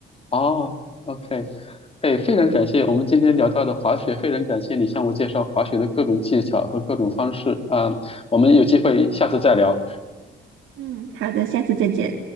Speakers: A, on the left; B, on the right.
A: 哦，OK，哎，非常感谢我们今天聊到的滑雪，非常感谢你向我介绍滑雪的各种技巧和各种方式啊，我们有机会下次再聊。
B: 嗯，好的，下次再见。